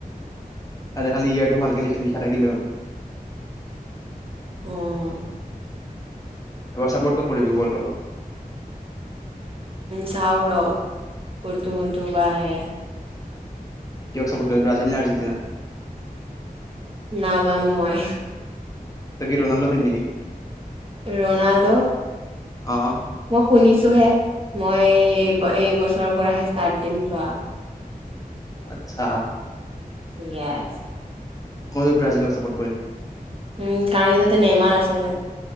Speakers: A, on the left (about 20°); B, on the right (about 35°).
A: তাতে খালী ইয়াৰটো ভালকে লিখে লিখা থাকিলে হ'ল।
B: উম।
A: এবাৰ ছাপোৰ্ট ক কৰিবি ৱৰ্ল্ড কাপত
B: চাউৰ কোনটো কোনটো বা আহে,
A: কিয়ক চাপৰ্ট কৰিব ব্ৰাজিল নে আৰ্জেটিনা?
B: নাজানো মই,
A: তগি ৰ নল ফিন্নক <unintelligible>
B: ৰণাল্ডো।
A: অহ
B: মই শুনিছো হে মই এই এইবছৰৰ পৰাহে ষ্টাৰ্ট দিম চোৱা।
A: আচ্ছা?
B: ইয়াৰ
A: মইত ব্ৰাজিলক ছাপোৰ্ট কৰিম।
B: উম কাৰণ কি তাতে নেমাৰ আছে যে।